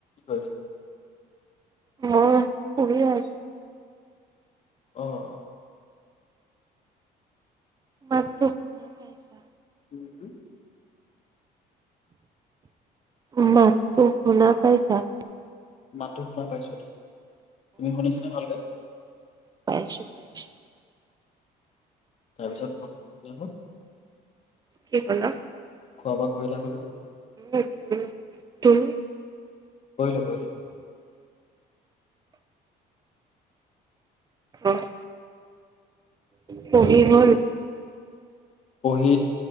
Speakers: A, on the left; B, on the right.
A: হয়।
B: অ', শুই এ আছো।
A: অ'।
B: মাতটো শুনা পাইছা?
A: উম।
B: মোৰ মাতটো শুনা পাইছা?
A: মাতটো শুনা পাইছো এতিয়া তুমি শুনিছানে ভালকে?
B: পাইছো-পাইছো।
A: তাৰপিছত <unintelligible>
B: কি ক'লা?
A: খোৱা বোৱা কৰিলা হ'লো?
B: উ উম তুমি?
A: কৰিলো কৰিলো।
B: অ', পঢ়ি হ'ল?
A: পঢ়ি